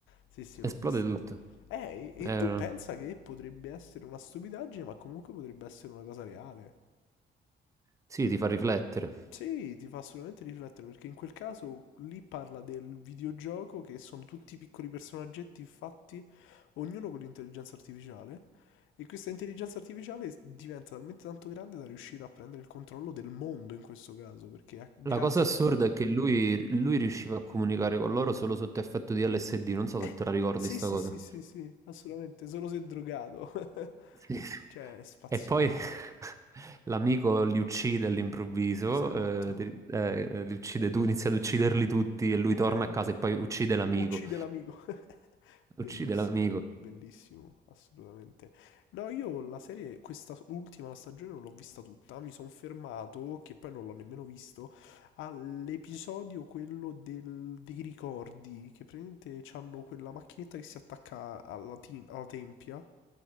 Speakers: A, on the left (about 80°); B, on the right (about 15°).
A: Sì, sì, l'ho
B: esplode
A: visto.
B: tutto.
A: Eh, e,
B: Eh,
A: e tu pensa che potrebbe essere una stupidaggine, ma comunque potrebbe essere una cosa reale.
B: Sì, ti fa riflettere.
A: Sì, ti fa assolutamente riflettere perché in quel caso lì parla del videogioco che sono tutti piccoli personaggetti fatti, ognuno con l'intelligenza artificiale, e questa intelligenza artificiale s- diventa talmente tanto grande da riuscire a prendere il controllo del mondo in questo caso, perché ha- grazie...
B: La cosa assurda è che lui, lui riusciva a comunicare con loro solo sotto effetto di LSD, non so
A: Eh,
B: se te la ricordi
A: sì,
B: sta
A: sì,
B: cosa.
A: sì, sì, sì, assolutamente, solo se è drogato. <laughs>
B: Sì.
A: Cioè, è spaziale.
B: E poi <laughs> l'amico li uccide all'improvviso,
A: Esatto,
B: eh, ti- eh, eh, li uccide tu, inizia ad ucciderli tutti e lui
A: esatto.
B: torna a casa e poi uccide l'amico.
A: Uccide l'amico. <laughs>
B: Uccide
A: Bellissimo,
B: l'amico.
A: bellissimo, assolutamente. No, io la serie, questa ultima la stagione non l'ho vista tutta, mi sono fermato, che poi non l'ho nemmeno visto, all'episodio quello del- dei ricordi, che praticamente hanno quella macchinetta che si attacca alla, ti- alla tempia